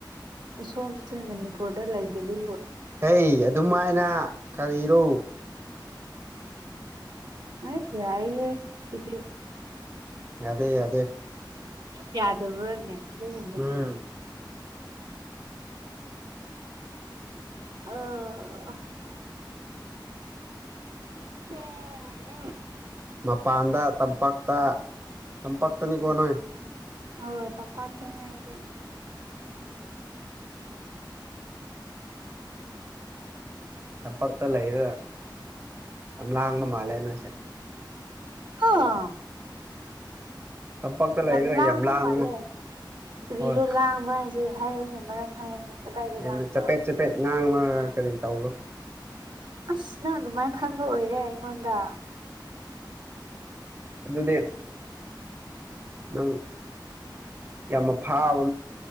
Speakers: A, on the right; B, on the right.
A: ꯑꯁꯣꯝꯁꯦ ꯃꯅꯤꯄꯨꯔꯗ ꯂꯩꯗꯕꯤ
B: ꯑꯩ ꯑꯗꯨꯃꯥꯏꯅ ꯀꯔꯤꯔꯣ
A: ꯑ ꯌꯥꯏꯌꯦꯦ ꯏꯗꯤꯦ
B: ꯑꯗꯦ ꯑꯗꯦ
A: ꯌꯥꯗꯕ꯭ꯔꯅꯦ ꯑꯗꯨꯒꯨꯝꯕꯁ
B: ꯎꯝ
A: ꯑ ꯑꯣ
B: ꯃꯄꯥꯟꯗ ꯇꯝꯄꯥꯛꯇ ꯇꯝꯄꯥꯛꯛꯇꯅꯤꯀꯣ ꯅꯣꯏ
A: ꯍ ꯇꯝꯄꯥꯇꯅꯦꯦ ꯏꯗꯤ
B: ꯆꯝꯄꯛꯇ ꯂꯩꯔꯣꯏ ꯌꯥꯝ ꯂꯥꯡꯕ ꯃꯥꯜꯂꯦ ꯅꯣꯏꯁꯦ
A: ꯑꯥ
B: ꯇꯝꯄꯥꯛꯇ ꯂꯩꯔꯒ
A: ꯌꯥꯝ ꯂꯥꯡꯕ
B: ꯂꯥꯡꯉꯨ
A: ꯃꯥꯜꯂꯦ ꯀꯔꯤꯅꯣ
B: ꯍꯣꯏ
A: ꯂꯥꯡꯕ ꯍꯥꯏꯁꯦ ꯍꯥꯏꯌꯨꯅꯦ ꯃꯔꯝ ꯍꯥꯏꯌꯨꯅꯦ ꯀꯗꯥꯏꯗ
B: ꯌꯥꯝꯅ
A: ꯂꯥꯡꯕ꯭ꯔꯣ
B: ꯆꯄꯦꯠ ꯆꯄꯦꯠ ꯉꯥꯡꯕ ꯀꯔꯤ ꯇꯧꯕꯣ
A: ꯑꯁ ꯅꯪ ꯑꯗꯨꯃꯥꯏꯅ ꯈꯟꯕ ꯑꯣꯏꯔꯦ ꯑꯩꯉꯣꯟꯗ
B: ꯑꯗꯨꯗꯤ ꯅꯪ ꯌꯥꯝꯅ ꯐꯥꯕ